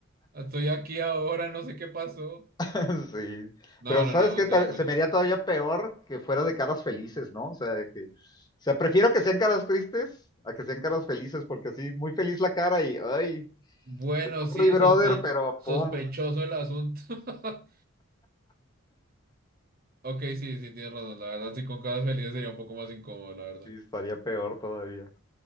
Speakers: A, on the right (about 45°); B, on the left (about 20°).
A: estoy aquí ahora, no sé qué pasó.
B: <laughs> Sí,
A: No,
B: pero
A: no,
B: ¿sabes
A: no,
B: qué?
A: sería
B: Ta-
A: muy
B: Se
A: triste.
B: me haría todavía peor que fuera de caras felices, ¿no? O sea, que, o sea, prefiero que sean caras tristes a que sean caras felices, porque así, muy feliz la cara y, ay,
A: Bueno,
B: pues, sorry,
A: sí,
B: brother,
A: sospech-
B: pero
A: sospechoso
B: pum,
A: el asunto. <laughs> Ok, sí, sí, tienes razón. La verdad, sí, con caras felices sería un poco más incómodo, la verdad.
B: sí, estaría peor todavía.